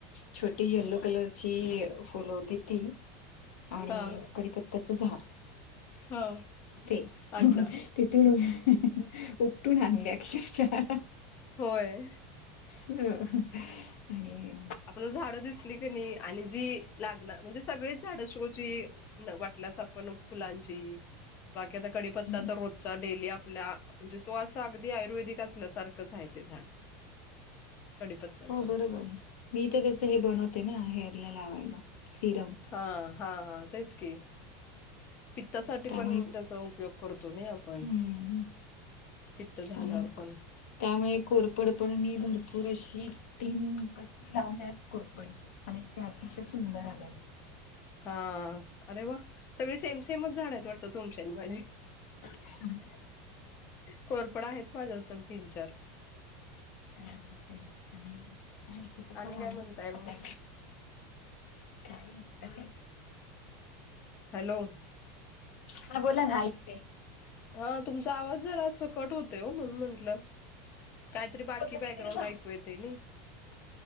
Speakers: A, on the left (about 85°); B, on the left (about 30°).
A: छोटी येलो कलरची फुल होती ती. आणि
B: हा
A: करीपत्त्याच झाड
B: हा
A: ते
B: अडला.
A: तिथून उपटून आणल्या अक्षरच्या
B: होय
A: अ आणि
B: आपण झाडं दिसली क नाही आणि जी लागणार म्हणजे सगळीच झाडं शिकवची. वाटल्यास आपण फुलांची बाकी आता कडीपत्ता
A: हम्म.
B: तर रोप डेली आपल्या म्हणजे तो असं अगदी आयुर्वेदिक असल्यासारखंच आहे ते झाड कडीपत्त्याच
A: हो बरोबर मी तर त्याच हे बनवते ना हेअरला लावायला सिरम
B: हा हा तेच की पित्तासाठी
A: त्यामुळे
B: पण त्याचा उपयोग करतो ना आपण
A: हम्म
B: पित्त झाल्यावर
A: आणि
B: पण
A: त्यामुळे कोरफड म भरपूर अशी तीन गट्टी लावल्या. कोरपडीचे आणि ते अतिशय सुंदर आलेले.
B: हा. अरे वा सगळे सेम सेमच झाडत वाटतं तुमच्यानी माझी
A: आहेत
B: कोरपड आहेत माझ्यात पण तीन चार
A: ते आणि हळशीट
B: आणि
A: पण आहे
B: काय म्हणताय मग
A: सध्या काही नाही क
B: हॅलो.
A: नाही बोला घयच ते
B: हा तुमचा आवाज जर आज सकट होत हो म्हणून म्हंटलं. काहीतरी
A: हो
B: बाकी
A: तुम्ही
B: बॅकग्राउंड
A: तरी
B: ऐकू येते ना.